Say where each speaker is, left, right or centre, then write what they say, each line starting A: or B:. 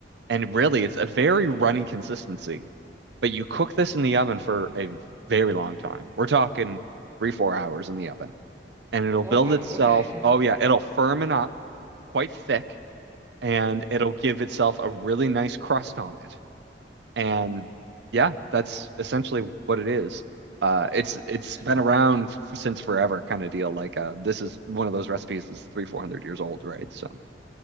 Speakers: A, on the right; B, on the right.
A: And really, it's a very runny consistency. But you cook this in the oven for a very long time. We're talking three, four hours in the oven, and it'll
B: Oh
A: build
B: wow,
A: itself.
B: okay.
A: Oh yeah, it'll firmen up quite thick, and it'll give itself a really nice crust on it. And yeah, that's essentially what it is. Uh, it's it's
B: <laughs>
A: been around f since forever, kind of deal. Like uh, this is one of those recipes that's three, four hundred years old, right? So